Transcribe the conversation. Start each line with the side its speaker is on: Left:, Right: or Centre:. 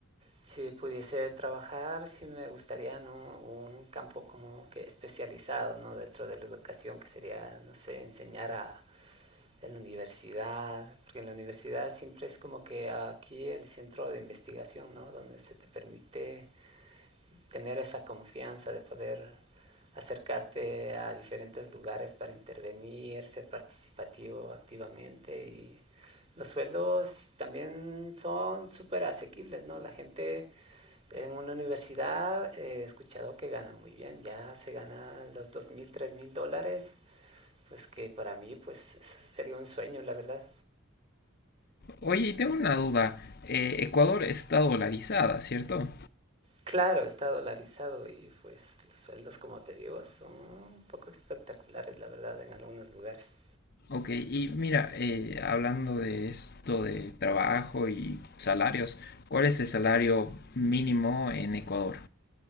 Right: Si pudiese trabajar, sí me gustaría ¿no? un campo como que especializado ¿no? dentro de la educación, que sería, no sé, enseñar a, en la universidad, porque en la universidad siempre es como que aquí el centro de investigación, ¿no? donde se te permite tener esa confianza de poder acercarte a diferentes lugares para intervenir, ser participativo activamente y los sueldos también son súper asequibles, ¿no? La gente en una universidad eh, he escuchado que ganan muy bien, ya se gana los dos mil tres mil dólares, pues que para mí pues eso sería un sueño, la verdad.
Left: Oye, y tengo una duda. Eh, Ecuador está dolarizada, ¿cierto?
Right: Claro, está dolarizado y pues los sueldos, como te digo, son un poco espectaculares, la verdad, en algunos lugares.
Left: Ok, y mira, eh, hablando de esto de trabajo y salarios, ¿cuál es el salario mínimo en Ecuador?